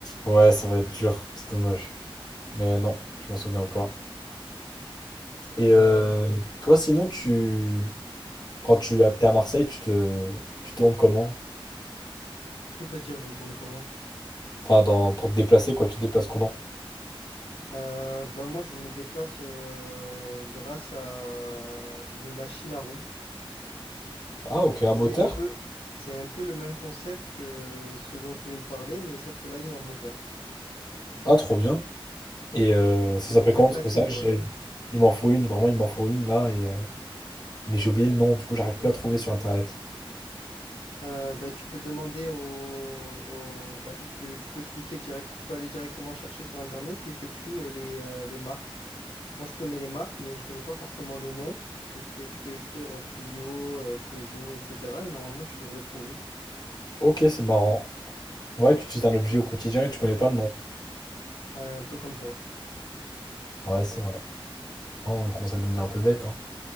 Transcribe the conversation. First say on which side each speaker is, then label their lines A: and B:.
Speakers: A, on the left; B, on the left.
A: Ouais, ça va être dur, c'est dommage. Mais non, je m'en souviens pas. Et euh,
B: Euh,
A: toi, sinon, tu quand tu as- t'es à Marseille, tu te tu tournes comment?
B: c'est-à-dire, je tourne comment?
A: Enfin, dans... pour te déplacer, quoi, tu te déplaces comment?
B: Euh, ben moi, je me déplace euh, grâce à une machine à roues.
A: Ah, ok,
B: C'est
A: à moteur?
B: un peu, c'est un peu le même concept que ce dont tu viens de parler, mais sauf que là, il y a un moteur.
A: Ah, trop bien. Et euh, ça
B: C'est
A: s'appelle
B: très
A: comment?
B: pratique,
A: Parce que c'est vrai que
B: ouais.
A: j'ai- il m'en faut une, vraiment, il m'en faut une là. Et, euh, Mais j'ai oublié le nom, du coup, j'arrive plus à trouver sur internet.
B: Euh, ben, tu peux demander au, au- ben, tu, tu peux cliquer direct, tu peux aller directement chercher sur Internet et t'écris euh, les, euh, les marques. Moi, je connais les marques, mais je connais pas forcément le nom. Tu peux créer, tu peux écrire euh, Clio, euh, Peugeot, etc. Et normalement, tu devrais trouver.
A: Ok, c'est marrant. Ouais, tu utilises un objet au quotidien et tu connais pas le nom.
B: Ouais, un peu comme toi.
A: Ouais, c'est vrai. Oh, on commence à devenir un peu bête, hein.